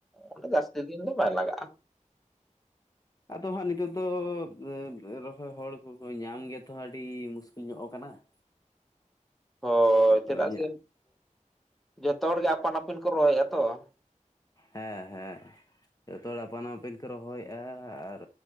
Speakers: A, in the centre; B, on the left.
A: ᱟᱸᱰᱮ ᱡᱟᱹᱥᱛᱤ ᱫᱤᱱ ᱫᱚ ᱵᱟᱭ ᱞᱟᱜᱟᱜᱼᱟ ᱾
B: ᱟᱫᱚ ᱦᱟᱸᱜ ᱱᱤᱛᱚᱜ ᱫᱚ ᱣᱮ ᱨᱚᱦᱚᱭ ᱦᱚᱲ ᱠᱚᱠᱚ ᱧᱟᱢ ᱜᱮ ᱛᱚᱦ ᱟᱹᱰᱤ ᱢᱩᱥᱠᱤᱞ ᱧᱚᱜ ᱟᱠᱟᱱᱟ ᱾
A: <inaudible> ᱦᱚ ᱪᱮᱫᱟᱜ
B: ᱤᱧᱟᱹᱜ
A: ᱥᱮ ᱡᱚᱛᱚ ᱦᱚᱲᱜᱮ ᱟᱯᱟᱱ ᱟᱹᱯᱤᱱ ᱠᱚ ᱨᱚᱦᱚᱭᱮᱜᱼᱟ ᱛᱚ ᱾
B: ᱦᱮᱸ ᱦᱮᱸ ᱡᱚᱛᱚ ᱦᱚᱲ ᱟᱯᱟᱱ ᱟᱯᱤᱱ ᱠᱚ ᱨᱚᱦᱚᱭᱮᱜᱼᱟ ᱟᱨ